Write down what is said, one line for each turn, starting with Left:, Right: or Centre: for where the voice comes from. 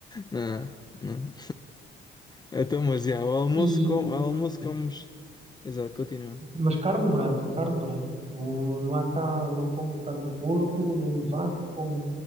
Left: Não, não. Então, mas já, o almoço,
Right: E,
Left: com, o almoço comes. Exato, continua.
Right: mas carne branca, carne branca. Não, não há cá, não como carne de porco, nem de vaca, como